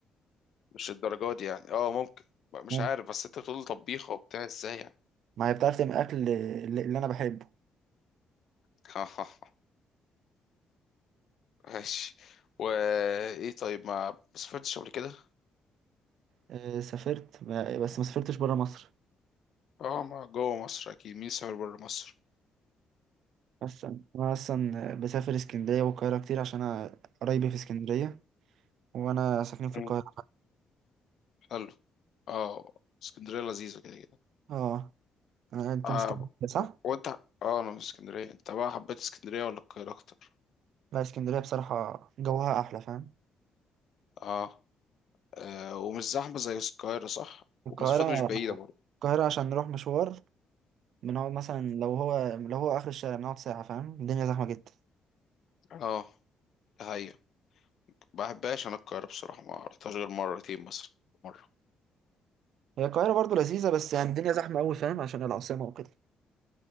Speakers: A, on the left (about 65°); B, on the right (about 75°).
A: مش الدرجة دي يعني اه ممكن بقى، مش
B: ممكن
A: عارف بس انت بتقول طبيخة وبتاع ازاي يعني
B: ما هي بتعرف تعمل اكل اللي اللي انا بحبه
A: <laughs> ها ماشي وايه طيب ما سافرتش قبل كده
B: آه، سافرت ب- بس ما سافرتش برا مصر
A: اه ما جوه مصر اكيد مين سافر بره مصر
B: بس انا اصلا بسافر اسكندريه والقاهره كتير عشان انا قرايبي في اسكندريه وانا ساكنين في
A: مم.
B: القاهره
A: حلو اه اسكندرية لذيذة كده كده
B: اه أنا- انت
A: آه
B: من اسكندريه صح
A: وانت اه انا من اسكندريه انت بقى حبيت اسكندريه ولا القاهره اكتر
B: لا اسكندريه بصراحه جوها احلى فاهم
A: اه, آه ومش زحمه زي القاهره صح ومسافات
B: القاهره
A: مش بعيده برضه
B: القاهره عشان نروح مشوار بنقعد مثلا لو هو لو هو اخر الشارع بنقعد ساعه فاهم الدنيا زحمه جدا
A: اه ده هي ما بحبهاش انا القاهره بصراحه ما رحتهاش غير مرتين مثلا مره
B: هي القاهره برضو لذيذه بس يعني الدنيا زحمه قوي فاهم عشان العاصمه وكده